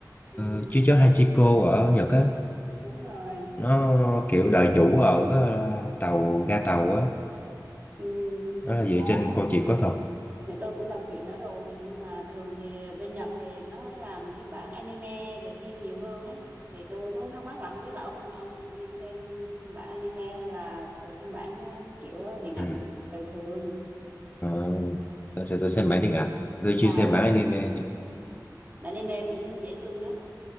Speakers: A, on the right; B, on the left.
A: ừ,
B: uh, chú chó Hachiko ở Nhật á
A: đúng rồi
B: nó kiểu đời chủ ở ờ, tàu ga tàu á
A: ừ.
B: nó là dựa
A: đó
B: trên một câu chuyện có thật
A: Này, tôi cũng đọc truyện đó rồi nhưng mà thường thì bên Nhật thì nó làm phiên bản anime về phim nhiều hơn ấy thì tôi mới thắc mắc là không biết là ông ông xem phiên bản anime hay là cái phiên bản ờ, kiểu điện ảnh
B: ừ.
A: đời thường
B: Ờ, tôi, tôi, tôi xem bản điện ảnh tôi chưa
A: à
B: xem bản anime nha
A: anime cũng dễ thương lắm